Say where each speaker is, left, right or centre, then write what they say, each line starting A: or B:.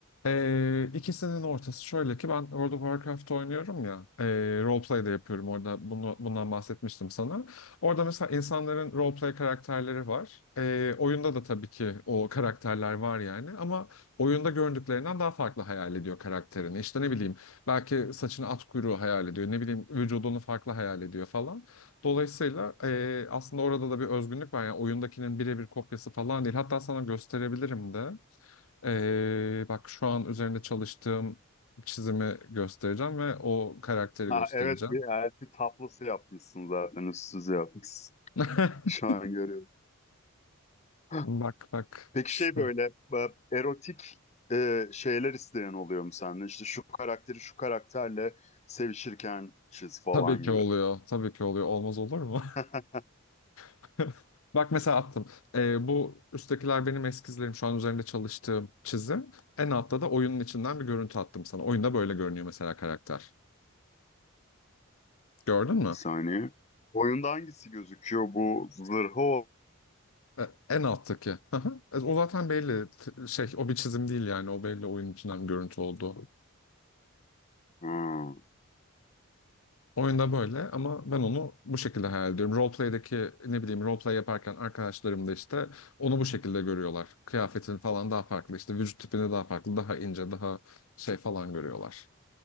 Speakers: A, on the left; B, on the left.
A: Ee, ikisinin ortası şöyle ki ben World of Warcraft oynuyorum ya e, roleplay da yapıyorum orada bunu, bundan bahsetmiştim sana. Orada mesela insanların roleplay karakterleri var. Ee, oyunda da tabii ki o karakterler var yani ama oyunda göründüklerinden daha farklı hayal ediyor karakterini. İşte ne bileyim belki saçını at kuyruğu hayal ediyor ne bileyim vücudunu farklı hayal ediyor falan. Dolayısıyla e, aslında orada da bir özgünlük var yani oyundakinin birebir kopyası falan değil hatta sana gösterebilirim de. Ee, bak şu an üzerinde çalıştığım çizimi göstereceğim ve o karakteri
B: Ha
A: göstereceğim.
B: evet bir elfi tablosu yapmışsın zaten üstsüz yapmışsın.
A: <laughs>
B: <laughs> Şu an görüyorum. <gasps>
A: Bak bak
B: Peki
A: şu.
B: şey böyle e, erotik e, şeyler isteyen oluyor mu senden? İşte şu karakteri şu karakterle sevişirken çiz falan
A: Tabii ki
B: gibi.
A: oluyor. Tabii ki oluyor. Olmaz olur mu?
B: <laughs>
A: <laughs> Bak mesela attım. Ee, bu üsttekiler benim eskizlerim. Şu an üzerinde çalıştığım çizim. En altta da oyunun içinden bir görüntü attım sana. Oyunda böyle görünüyor mesela karakter. Gördün mü?
B: Bir saniye. Oyunda hangisi gözüküyor? Bu zırhı o.
A: E, En alttaki. Hı hı. E, O zaten belli. T- Şey, o bir çizim değil yani. O belli oyunun içinden bir görüntü oldu.
B: Hmm,
A: Oyunda böyle ama ben onu bu şekilde hayal ediyorum. Roleplay'deki ne bileyim roleplay yaparken arkadaşlarım da işte onu bu şekilde görüyorlar. Kıyafetin falan daha farklı işte vücut tipini daha farklı daha ince daha şey falan görüyorlar.